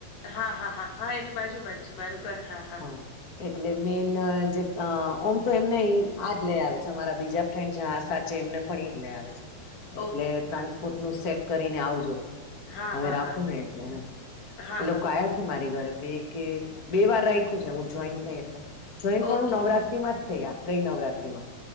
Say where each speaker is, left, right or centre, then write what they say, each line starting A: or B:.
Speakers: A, on the left (about 60°); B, on the left (about 40°).
A: હા-હા-હા-હા એની બાજુમાં જ છે મારું ઘર હા-હા.
B: હા એટલે મેન જે અ ઓમ તો એમને અહીં આજ લઈ આવે છે અમારા બીજા ફ્રેન્ડ જ આ સાચ એમને પણ એઈજ લઈ આવે છે
A: હા
B: એટલે તા બૂટ નું સેટ કરીને આવજો
A: હા
B: હવે
A: હા
B: રાખું
A: હા
B: ને એટલે
A: હા
B: એ લોકો
A: હા
B: આયા મારી ઘરે બે કે બે વાર રાખ્યું છે હું જોઈન થઈ એટલે જોઈન
A: ઓકે.
B: પણ હું નવરાત્રી માં થયા ગઈ નવરાત્રી માં